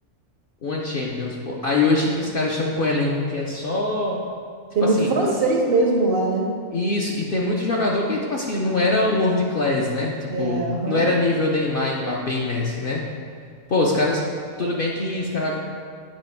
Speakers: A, on the left; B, on the right.
A: uma Champions, pô. Aí hoje que os caras estão com um elenco que é só. Tipo
B: Tem muito
A: assim,
B: francês mesmo lá, né?
A: isso. E tem muito jogador que, tipo assim, não era world class, né? Tipo,
B: É, aham.
A: não era nível Neymar, Mbappé e Messi, né? Pô, os caras. Tudo bem que os caras.